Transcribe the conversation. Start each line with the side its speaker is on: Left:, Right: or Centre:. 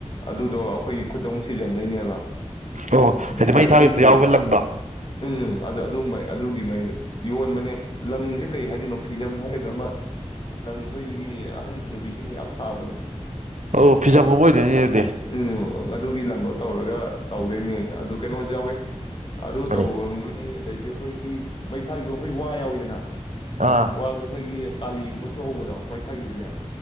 Left: ꯑꯗꯨꯗꯣ ꯑꯩꯈꯣꯏꯒꯤ ꯈꯨꯠꯇ ꯑꯃꯨꯛ ꯁꯤꯖꯟꯗꯣꯏꯅꯦꯕ
Right: ꯑꯣ
Left: ꯑꯗꯩꯗꯤ
Right: ꯍꯥꯏꯗꯤ ꯃꯩ ꯊꯥꯈꯤꯕꯗ
Left: ꯑꯗꯨꯒꯤ
Right: ꯌꯥꯎꯕ ꯂꯪꯗ
Left: ꯎꯝ ꯑꯗꯨ ꯑꯗꯨ ꯃꯩ ꯑꯗꯨꯒꯤ ꯃꯩꯗ ꯌꯣꯟꯕꯅꯦ ꯂꯪꯁꯦ ꯀꯩ ꯍꯥꯏꯗꯣꯏꯅꯣ ꯐꯤꯖꯝ ꯍꯥꯏꯒꯗ꯭ꯔ ꯑꯃ ꯂꯪ ꯑꯩꯈꯣꯏꯒꯤ ꯑꯍꯟ ꯍꯅꯨꯕꯤꯁꯤꯡꯅ ꯌꯥꯝ ꯁꯥꯕꯗꯣ
Right: ꯑꯧ ꯐꯤꯖꯝꯒꯨꯝꯕ ꯑꯣꯏꯗꯣꯏꯅꯤ ꯑꯗꯨꯗꯤ
Left: ꯎꯝ ꯑꯗꯨꯒꯤ ꯂꯪꯗꯣ ꯇꯧꯔꯒ ꯇꯧꯗꯣꯏꯅꯦ ꯑꯗꯨ ꯀꯩꯅꯣꯁꯨ ꯌꯥꯎꯏ ꯑꯗꯨ
Right: ꯀꯔꯤ
Left: ꯇꯧꯅꯤ ꯑꯗꯩ ꯑꯩꯈꯣꯏꯒꯤ ꯃꯩ ꯊꯥꯈꯤꯕ ꯑꯩꯈꯣꯏ ꯋꯥ ꯌꯥꯎꯋꯤꯗꯅ
Right: ꯑꯥ
Left: ꯋꯥꯗ ꯑꯩꯈꯣꯏꯒꯤ ꯀꯥꯂꯤꯒꯨꯝꯕ ꯆꯨꯍꯧꯕꯗꯣ ꯃꯩ ꯊꯥ ꯊꯥꯈꯤꯕꯒꯤ